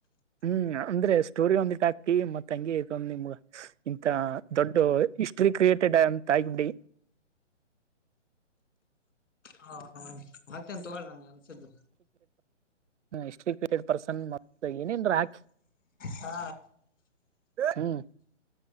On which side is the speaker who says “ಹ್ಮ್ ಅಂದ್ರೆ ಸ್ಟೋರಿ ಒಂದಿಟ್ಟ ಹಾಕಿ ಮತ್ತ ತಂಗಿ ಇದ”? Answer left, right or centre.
Right